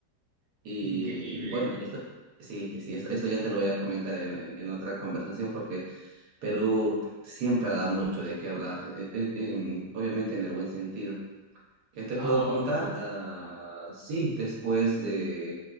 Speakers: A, on the right; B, on the right.
A: Y,
B: increíble,
A: y bueno,
B: ¿eh?
A: y esto, sí, sí, eso, esto ya te lo voy a comentar en, en- en otra conversación porque Perú siempre da mucho de qué hablar, e- e- en- obviamente en el buen sentido. ¿Qué te
B: Ah,
A: puedo contar? Ah, sí, después de,